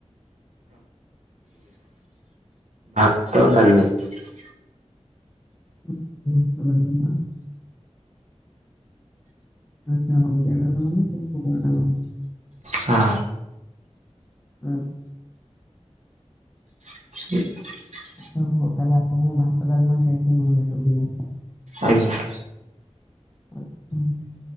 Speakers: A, on the right; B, on the left.
A: ଭ। <inaudible> ତ ନି। <unintelligible>
B: ଆ। <inaudible> ଆଚ୍ଛା ଭଲ ବଲ ମାନେ କାଗଲ। <unintelligible>
A: ହଁ।
B: ହୁଁ।
A: <inaudible>
B: ହଉ ତାହେଲେ ଆପଣଙ୍କୁ ଭାତଡାଲମା ଖାଇବାକୁ ଭଲ ଲାଗେ ଅଧି
A: ଆଜ୍ଞା।
B: ଆଚ୍ଛା <unintelligible>